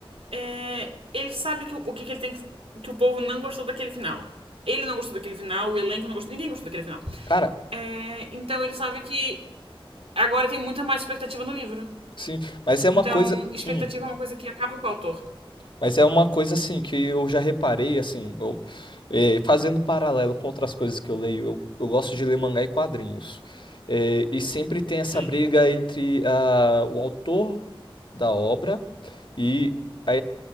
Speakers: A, on the right; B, on the left.
A: É, ele sabe que, o o que, que ele tem que. Que o povo não gostou daquele final. Ele não gostou daquele final, o elenco não gostou, ninguém gostou daquele final.
B: Cara,
A: É, então ele sabe que agora tem muita mais expectativa no livro.
B: sim, mas é uma
A: Então,
B: coisa.
A: expectativa
B: hum,
A: é uma coisa que acaba com o autor.
B: Mas é uma coisa assim que eu já reparei, assim, eu- eh, fazendo paralelo com outras coisas que eu leio, eu, eu gosto de ler mangá e quadrinhos. Eh, e sempre tem essa
A: Sim,
B: briga entre ah, o autor da obra e a,